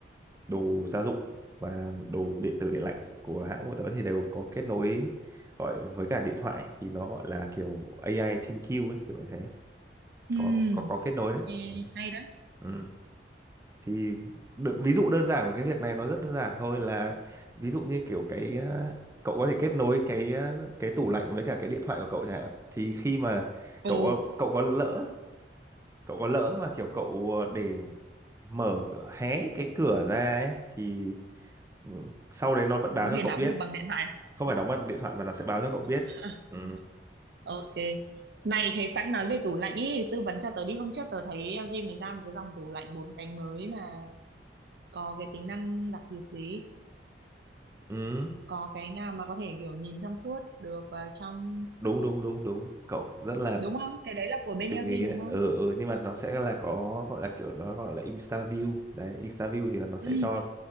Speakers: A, on the right (about 15°); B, on the right (about 60°).
A: đồ gia dụng và đồ điện tử điện lạnh của hãng của tớ thì đều có kết nối gọi với cả điện thoại thì nó gọi là kiểu AI ThinQ ấy kiểu như thế
B: Ừ,
A: có có có kết nối đấy
B: nghe
A: ừ.
B: hay đấy.
A: Ừ thì đ- ví dụ đơn giản của cái việc này nó rất đơn giản thôi là ví dụ như kiểu cái à, cậu có thể kết nối cái à, cái tủ lạnh với cả cái điện thoại của cậu chẳng hạn thì khi mà
B: Ồ,
A: cậu có cậu có lỡ cậu có lỡ mà kiểu cậu ờ, để mở cửa- hé cái cửa ra ấy thì ừ, sau đấy nó vẫn
B: tớ
A: báo
B: có
A: cho
B: thể
A: cậu
B: đắm
A: biết
B: được bằng điện thoại
A: không
B: à?
A: phải đóng bằng điện thoại mà nó sẽ báo cho cậu biết
B: <laughs>
A: ừ
B: Ok. Này thế sẵn nói về tủ lạnh ý, tư vấn cho tớ đi. Hôm trước tớ thấy LG mới ra một cái dòng tủ lạnh bốn cánh mới mà có cái tính năng đặc biệt gì?
A: ừ
B: Có cái nào mà có thể kiểu nhìn trong suốt được vào trong
A: đúng đúng đúng đúng cậu rất là
B: đúng không? Cái đấy là của bên
A: từng
B: LG
A: nghĩ
B: đúng
A: đấy
B: không?
A: ừ, ừ nhưng mà nó sẽ là có gọi là kiểu nó gọi là Insta view đấy Insta view thì là nó sẽ
B: ừ
A: cho
B: ừ.